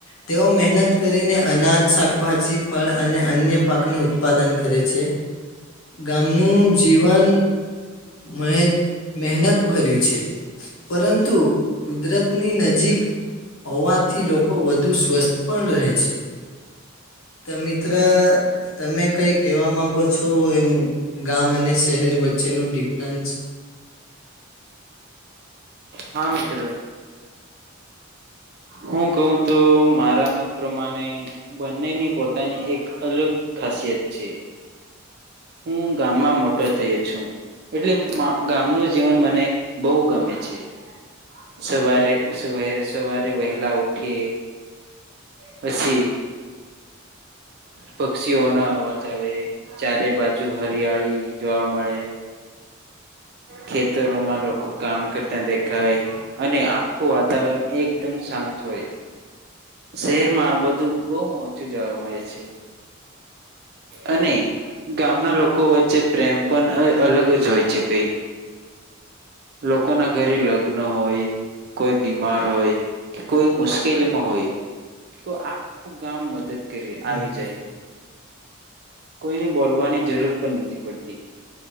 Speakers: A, on the left (about 75°); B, on the right (about 50°).
A: તેઓ મહેનત કરીને અનાજ શાકભાજી ફળ અને અન્ય પાકનું ઉત્પાદન કરે છે ગામનું જીવન મહે મહેનત ભર્યું છે પરંતુ કુદરતની નજીક હોવાથી લોકો વધુ સ્વસ્થ પણ રહે છે તો મિત્ર તમે કઈ કેવા માંગો છો એમ ગામ અને શહેર વચ્ચે વચ્ચે નુ ડિફરન્સ
B: હા મિત્ર હું કહુ તો મારા મત પ્રમાણે બંનેની પોતાની એક અલગ ખાસિયત છે હું ગામમાં મોટો થયો છું એટલે ગામનું જીવન મને બહુ ગમે છે સવારે સ સવારે વહેલા ઉઠીયે પછી પક્ષીઓ ન અવાજ આવે ચારે બાજુ હરિયાળી જોવા મળે ખેતરોમાં લોકો કામ કરતા દેખાય અને આખું વાતાવરણ એકદમ શાંત હોયે શહેરમાં બધું બહુ ઓછું જોવા મળે છે અને ગામના લોકો વચ્ચે પ્રેમ પણ અલગ જ હોય છે કઈક લોકો ના ઘરે લગ્ન હોય કોઈ બીમાર હોય કે કોઈ મુશ્કેલીમાં હોય તો આખું ગામ મદદ કરી
A: હમ
B: આવી જાય કોઈને બોલવાની જરૂર પણ નથી પડતી